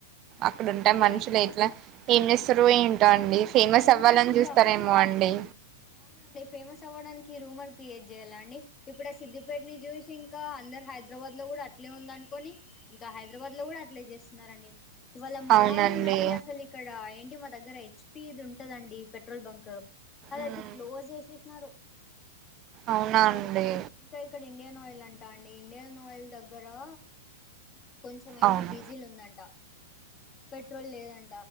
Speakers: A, on the right; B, on the left.
A: అక్కడుంటే
B: ఏమో అండి
A: మనుషులు ఎట్లా ఏం చేస్తరో ఏంటో అన్ డి ఫేమస్
B: అందరు
A: అవ్వాలని
B: ఇంకా
A: చూస్తరేమో అండి
B: అవునండి ఫేమస్ అవ్వడానికి ఈ రూమర్ క్రియేట్ చేయ్యాల అండి? ఇప్పుడు, ఆ సిద్ధదిపేట ని చూసి ఇంకా అందరు హైదరాబాద్ లో కూడ అట్లే ఉందనుకొని ఇంకా హైదరాబాద్ లో కూడా అట్లే చేస్తున్నారండి. ఇవాళ
A: అవునండి
B: మార్నింగ్ అండి అసలు ఇక్కడ ఎన్ డి మా దగ్గర హెచ్పి దుంటదండి పెట్రోల్ బంక్ అదైయితే
A: మ్మ్
B: క్లోజ్ చేశేషినారు
A: అవునా
B: ఇది
A: అండి
B: ఇంకా ఇక్కడ ఇండియన్ ఆయిల్ లంటా అండి ఇండియన్ ఆయిల్ దగ్గరా కొంచెం ఏంటి
A: అవును
B: డీజిల్ ఉందంట. పెట్రోల్ లేదన్